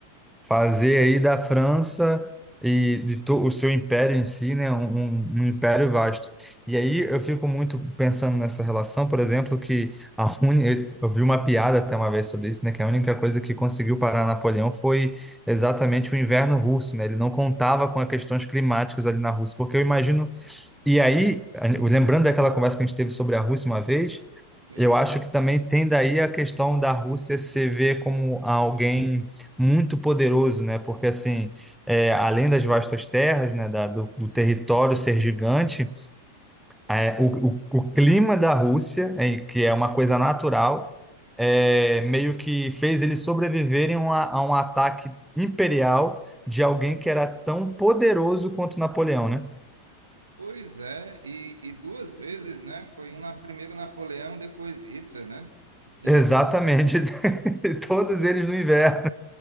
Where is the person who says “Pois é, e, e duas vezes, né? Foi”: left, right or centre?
Right